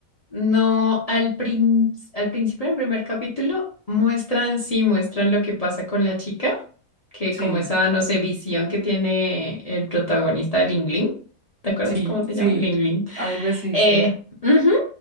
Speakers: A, on the left (about 25°); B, on the right (about 50°).
A: No, al prin- al principio del primer capítulo muestran, sí, muestran lo que pasa con la chica, que
B: Sí.
A: como esa, no sé, visión que tiene el protagonista, Ling Ling, ¿te acuerdas
B: Sí,
A: cómo se
B: sí,
A: llama? Ling Ling.
B: algo así,
A: Eh,
B: sí.
A: ujú.